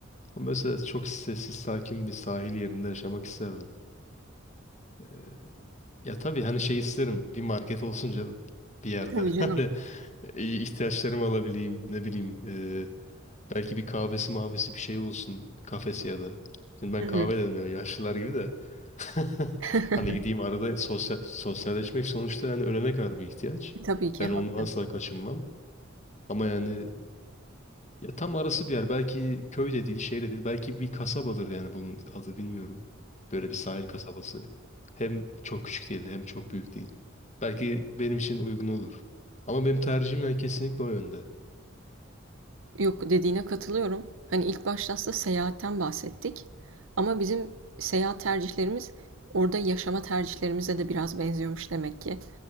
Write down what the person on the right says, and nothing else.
Tabii canım.
Hı
hı.
<laughs>
Tabii ki
haklı.
Yok dediğine katılıyorum. Hani ilk başta aslında seyahatten bahsettik. Ama bizim seyahat tercihlerimiz orada yaşama tercihlerimize de biraz benziyormuş demek ki.